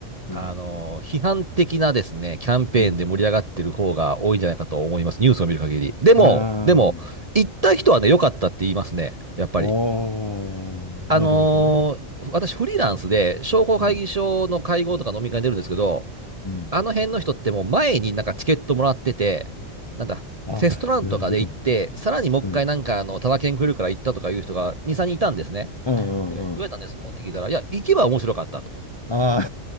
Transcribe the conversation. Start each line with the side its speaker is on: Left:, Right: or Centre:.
Left: うん。
Right: あの、批判的なですね、キャンペーンで盛り上がってる方が多いんじゃないかと思います。
Left: うん。
Right: ニュースを見る限り。でも、
Left: ああ、
Right: でも、行った人はね、良かったって言いますね。やっぱり。
Left: おー、
Right: あのー私フリーランスで商工会議所の会合とか飲み会に出るんですけど、
Left: なるほどね。うん。うん。
Right: あの辺の人ってもう前になんかチケットもらってて、なんだ、
Left: ああ、
Right: テストランとかで行って、
Left: なるほど。
Right: さらにもう一回なんかあの、
Left: うん。
Right: タダ券くれるから行ったとかいう人が2、3人いたんですね。
Left: うんうんうん。
Right: でどうやったんですのって聞いたら、いや、行けば面白かったと。
Left: ああ、